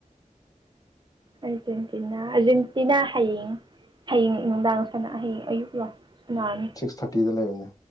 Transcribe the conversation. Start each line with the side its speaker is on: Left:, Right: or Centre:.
Right: ꯑꯔꯖꯦꯟꯇꯤꯅꯥ ꯑꯔꯖꯦꯟꯇꯤꯅꯥ ꯍꯌꯦꯡ ꯍꯌꯦꯡ ꯅꯨꯡꯗꯥꯡ ꯁꯅ ꯍꯌꯦꯡ ꯑꯌꯨꯛ ꯂꯣ ꯁꯥꯅꯥꯔꯅꯤ
Left: ꯁꯤꯛꯁ ꯊꯥꯔꯇꯤꯗ ꯂꯩꯕꯅꯦ